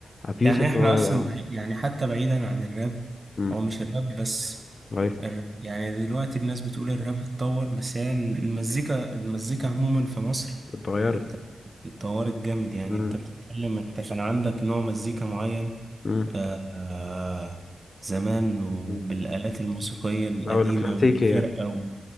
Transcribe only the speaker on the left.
ابي
يوسف
هو
امم
غير
اتغيرت
امم
امم
أمم.
او الكلاسيكي
يعني